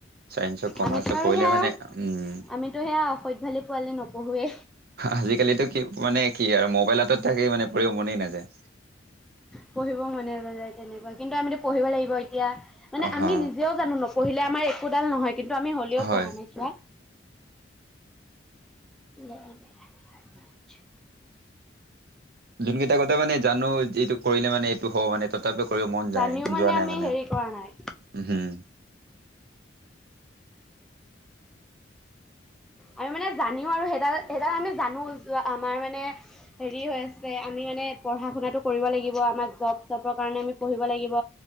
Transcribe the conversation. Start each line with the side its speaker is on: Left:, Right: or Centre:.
Right: চাইন্সক কমাৰ্চক
Centre: আমিতো আৰু
Right: পঢ়িলে
Centre: সেয়া
Right: মানে উম
Centre: আমিতো সেয়া অসধ ভালি। পোৱালে নপঢ়োৱে।
Right: আজিকালিতো কি মানে কি আৰু মোবাইলত থাকেই মানে পঢ়িব মনেই নাযায়।
Centre: পঢ়িব মনে না যায় তেনেকুৱা কিন্তু আমিত পঢ়িব লাগিব এতিয়া মানে
Right: হা
Centre: আমি নিজেও জানো ন। পঢ়িলে আমাৰ একোডাল নহয়। কিন্তু আমি হলেও
Right: হয়
Centre: পঢ়া নাইছোৱা। <unintelligible>
Right: যোন কেইটাগতে মানে জানো এইটো কৰিলে মানে এইটো হব মানে তথাপি কৰিব মন
Centre: জানিও
Right: যায় যোৱা নাই
Centre: আমি
Right: মানে
Centre: হেৰি কৰা নাই
Right: উ হম।
Centre: আমি মানে জানিও আৰু সেইডাল সেইডাল আমি জানো আমাৰ মানে হেৰি হৈ আছে আমি মানে পঢ়া শুনাটো কৰিব লাগিব আমাক জব চবৰ কাৰণে আমি পঢ়িব লাগিব।